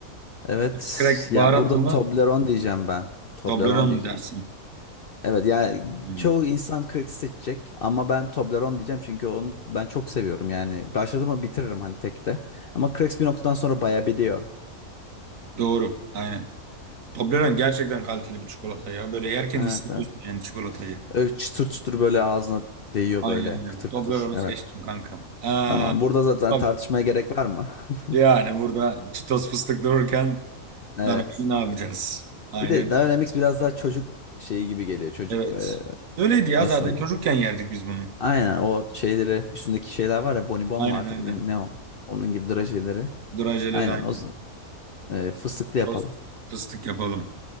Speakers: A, on the left; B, on the right.
A: evet
B: Cracked
A: ya
B: baharatlı
A: burada
B: mı?
A: Toblerone diyeceğim ben. Toblerone
B: Toblerone
A: diyeceğim.
B: mu dersin?
A: Evet ya
B: Hmm.
A: çoğu insan Crex'i seçecek ama ben Toblerone diyeceğim çünkü onu ben çok seviyorum yani. Başladım mı bitiririm hani tekte. Ama Crex bir noktadan sonra bayabiliyor.
B: Doğru aynen. Toblerone gerçekten kaliteli bir çikolata ya. Böyle yerken
A: Evet
B: hissediyorsun
A: evet.
B: yani çikolatayı.
A: Öyle çıtır çıtır böyle ağzına değiyor
B: Aynen
A: böyle
B: öyle.
A: kıtır
B: Toblerone'u
A: kıtır. Evet.
B: seçtim kanka. Aa,
A: Tamam burada zaten
B: bak
A: tartışmaya gerek var mı? <laughs>
B: yani burada Cheetos fıstık dururken
A: Evet.
B: Danone'yi ne yapacağız? Aynen
A: Bir de
B: öyle.
A: Dynamics biraz daha çocuk şeyi gibi geliyor. Çocuk
B: Evet.
A: e,
B: Öyleydi ya
A: nasıl
B: zaten
A: diyeyim?
B: çocukken yerdik biz bunu.
A: Aynen o şeyleri üstündeki şeyler var ya bonibon
B: Aynen
A: mu artık
B: aynen.
A: ne, ne o? Onun gibi drajeleri.
B: Drajeleri
A: Aynen
B: aynen.
A: o z- e, fıstıklı yapalım.
B: Tost fıstık yapalım.